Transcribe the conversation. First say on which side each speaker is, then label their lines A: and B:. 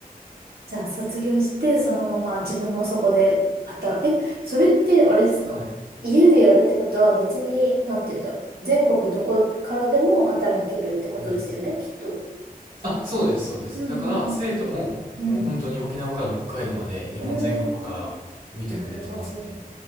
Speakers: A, on the right; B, on the right.
A: じゃあ、卒業して、そのまま自分もそこで働、え、それってあれですか家でやるってことは別に、
B: はい。
A: なんて言うんだろう。全国どこからでも働けるってことですよね、
B: うん。
A: きっと。
B: あ、そうです、そうです。
A: うんうんうん
B: だから生徒ももう本当に沖縄から北海道まで日本全国から見てくれてますね。
A: うん。うん。うーん。なるほど。